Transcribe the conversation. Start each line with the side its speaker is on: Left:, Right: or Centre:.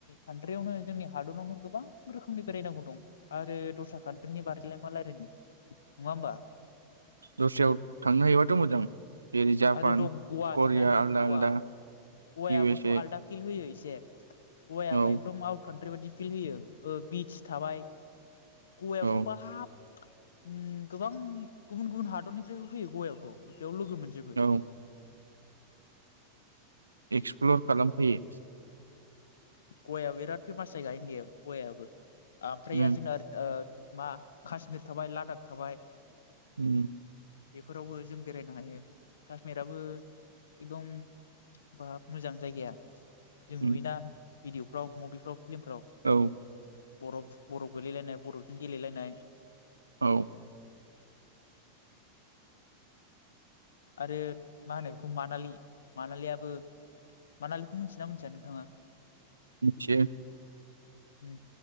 Left: कान्ट्रियावनो जोंनि हादरावनो गोबां रोखोमनि बेरायनांगौ दं आरो दस्रा कान्ट्रिनि बारैलाय मा रायज्लायनो नङा होमबा
Right: दस्रायाव थांनो हायोबाथ' मोजां जेरै जापान
Left: आरो दं गवा
Right: करिया
Left: जोंना नै
Right: आलदा
Left: गवा
Right: आलदा
Left: गवायाबोथ'
Right: इउ एस ए
Left: आलदा फिल्ड होयो ए <unintelligible> गवायाबो
Right: औ
Left: एकदम आउट कान्ट्रि बायि फिल होयो ओ बिस थाबाय गवायावथ'
Right: औ
Left: बाब ओम गोबां गुबुन गुबुन हादरनिफ्रायबो फैयो गवायावथ' बेयाव लोगो मोनजोबो
Right: औ एक्सप्लर खालामफैयो
Left: गवायाव बिराद फेमास जायगा इण्डियआव गवाबो आमफ्रायार
Right: उम
Left: आरो‌ जोंना ओरै ओ मा कश्मिर थाबाय लादाख थाबाय
Right: उम
Left: बेफोरावबो जों बेरायनो हायो काश्मिराबो एकदम बा मोजां जायगाया जों
Right: उम
Left: नुयोना भिडिअफ्राव मभिफ्राव फिल्मफ्राव
Right: औ
Left: बर'फ बर'फ गोलैलायनाय बर'जों गेलेलायनाय
Right: औ
Left: आरो मा होनो बेखौ मानालि मानालियाबो मानालिखौ मोनथियोना मोनथिया नोंथाङा
Right: मिथियो
Left: ओम